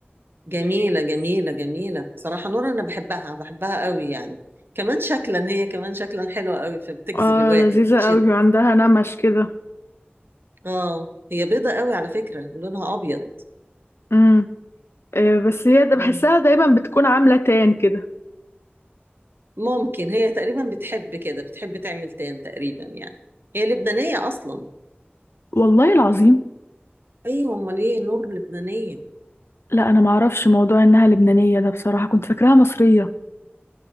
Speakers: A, on the right (about 65°); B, on the left (about 80°).
A: جميلة جميلة جميلة بصراحة نور أنا بحبها بحبها قوي يعني كمان شكلا هي كمان شكلا حلوة قوي فبتجذب
B: اه
A: الواحد
B: لذيذة
A: بتشد
B: قوي وعندها نمش كده
A: اه هي بيضة قوي على فكرة لونها أبيض
B: امم آه، بس هي ده
A: مم.
B: بحسها دايما بتكون عاملة تان كده
A: ممكن هي تقريبا بتحب كده بتحب تعمل تان تقريبا يعني هي لبنانية أصلا
B: والله العظيم
A: أيوة أمال إيه نور لبنانية
B: لا انا ما اعرفش موضوع انها لبنانية ده بصراحة كنت فاكراها مصرية